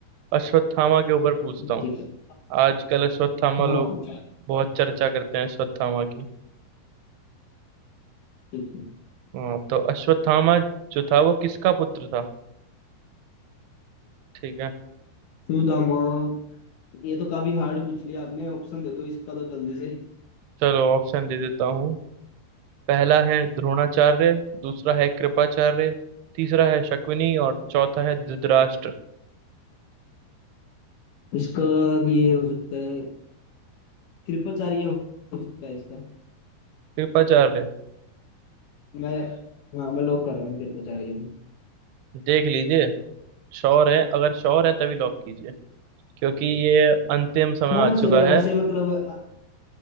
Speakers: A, on the right; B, on the left.
A: अश्वत्थामा के ऊपर पूछता
B: <laughs>
A: हूँ
B: ठीक है
A: आजकल अश्वत्थामा
B: हाँ
A: लोग
B: वो-
A: बहुत चर्चा करते हैं अश्वत्थामा की
B: ठीक है
A: हाँ तो अश्वत्थामा जो था वो किसका पुत्र था ठीक है
B: टू द मॉल ये तो काफी हार्ड पूछ लिया आपने ऑप्शन दे दो इसका तो जल्दी से
A: चलो ऑप्शन दे देता हूँ पहला है द्रोणाचार्य दूसरा है कृपाचार्य तीसरा है शकुनी और चौथा है धृतराष्ट्र
B: इसका ये हो सकता है कृपाचार्य हो सकता है इसका
A: कृपाचार्य
B: मैं हाँ मैं लॉक कर रहा हूँ कृपाचार्य
A: देख लीजिए श्योर है अगर श्योर है तभी लॉक कीजिए क्योंकि ये अंतिम समय
B: को। हाँ
A: आ चुका
B: श्योर है
A: है
B: वैसे मतलब अ-